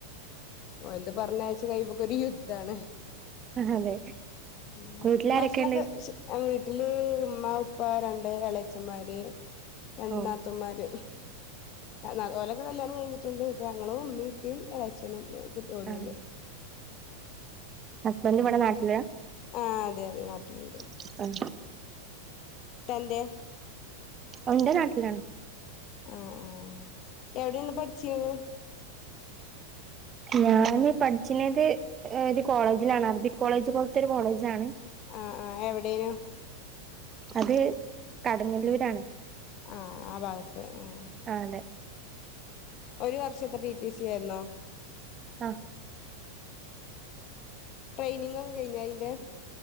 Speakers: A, on the left; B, on the right.
A: ഓൽത് പർഞ്ഞയ്ച്ച് കയുമ്പോക്കൊരു യുദ്ധാണ്
B: അതെ
A: ഉം
B: വീട്ടിലാരൊക്കെയുണ്ട്
A: ഭക്ഷ്ണക്കെ വീട്ടില് ഉമ്മ ഉപ്പ രണ്ട് എളേച്ചമ്മാര് രണ്ട്
B: ഓ
A: നാത്തൂമ്മാര് എ ന ഓലൊകെ കല്യാണം കഴിഞ്ഞിട്ടിണ്ട് ഇപ്പൊ ഞങ്ങളും ഉമ്മി ഇപ്പും എളേച്ഛെനും കുട്ട് ഓലുണ്ട്
B: ആ ഹസ്ബന്റിവ്ടെ നാട്ട്ലാ
A: ആഹ് അതെ അതെ നാട്ട്ലിണ്ട്
B: <unintelligible>
A: തന്റെ
B: ഓഹ് ഇന്റെ നാട്ട്ലാണ്
A: ആഹ് ആഹ് ആഹ് എവ്ടേണ് പഠ്ച്ചീന്നത്
B: ഞാന് പഠിച്ചിനത് ഏഹ് രു കോളേജിലാണ് അർബിക് കോളേജ് പോൽത്തൊരു കോളേജാണ്
A: ആഹ് ആഹ് എവ്ടെനു
B: അത് കടങ്ങല്ലൂരാണ്
A: ആഹ് ആ ഭാഗത്ത് ആഹ്
B: ആഹ് അതെ
A: ഒരു വർഷത്തെ ടി ടി സി ആയിര്ന്നോ
B: ആഹ്
A: ട്രെയിനിങ്ങൊക്കെ കൈഞ്ഞ അയ്ന്റെ